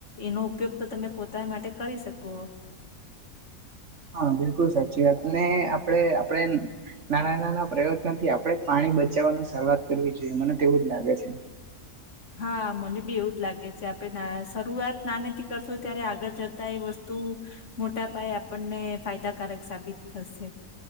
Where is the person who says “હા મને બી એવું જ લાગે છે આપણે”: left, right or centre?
Left